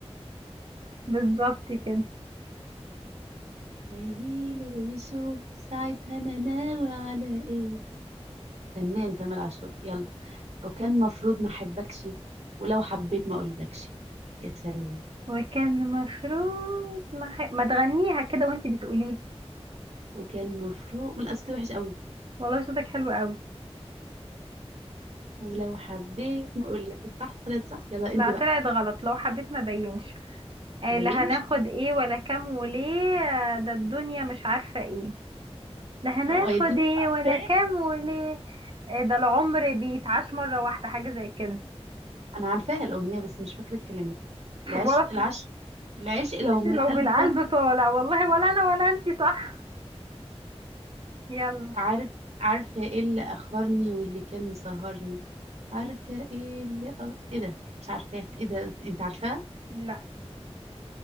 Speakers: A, on the right; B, on the right.
A: بالظبط كده
B: هيجيلي ويشوف ساعتها انا ناوي على ايه فنان تامر عاشور يلا وكان مفروض ما احبكش ولو حبيت ما اقولكش يا سلام
A: وكان المفروض ما, ح... ما تغنيها كده وانت بتقوليها
B: وكان مفروض من الاساس وحش قوي
A: والله صوتك حلو قوي
B: ولو حبيت ما اقول لك الصح طلعت صح يلا
A: لا
B: انت بقى
A: طلعت غلط لو حبيت ما بينش آه،
B: ما بينش
A: لا هناخد ايه ولا كام وليه آه، ده الدنيا مش عارفة ايه لا هناخد
B: او يا الدنيا
A: ايه
B: مش عارفاه
A: ولا كام وليه آه، ده العمر بيتعاش مرة واحدة حاجة زي كده
B: انا عارفاها الاغنيه بس مش فاكره الكلمات العش
A: <laughs> ولا
B: العش العشق لو
A: عشان
B: من القلب
A: لو بالقلب
B: طال
A: طالع والله ولا انا ولا انتي صح يلا
B: عارف عارفه ايه اللي اخرني واللي كان مسهرني عارفه ايه اللي أ... ايه ده مش عارفاها ايه ده انت عارفاها
A: لا